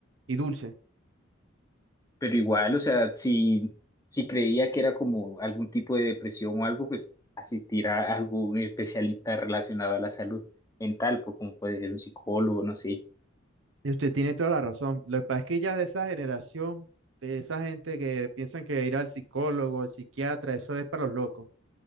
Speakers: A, on the right (about 70°); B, on the left (about 15°).
A: y dulce.
B: Pero igual, o sea, si, si creía que era como algún tipo de depresión o algo, pues asistir a algún especialista relacionado a la salud mental, pues como puede ser un psicólogo, no sé.
A: Y usted tiene toda la razón. Lo que pasa es que ella es de esa generación, de esa gente que piensan que ir al psicólogo, al psiquiatra, eso es para los locos.